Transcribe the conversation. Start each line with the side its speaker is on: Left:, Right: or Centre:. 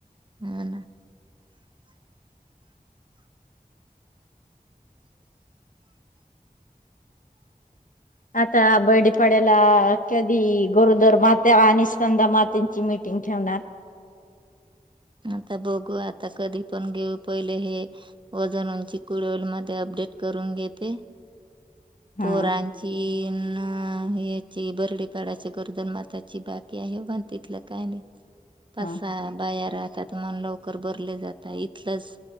Right: हा ना.
Left: आता बैडीपाड्याला कधी गोरोदर माते आणि स्ंदा मातेची मिीटिंग ठेवणार.
Right: आता बघू आता कधी पण घेऊ पहिले हे वजन उंची कुडवल मध्ये अपडेट करून घेते.
Left: हा
Right: पोरांची... हा याची बर्डीपाडाची गरोदर माताची बाकी आहे पण तिथलं काय नाही. फसा
Left: हा
Right: बयार. मन लवकर भरले जात इथलच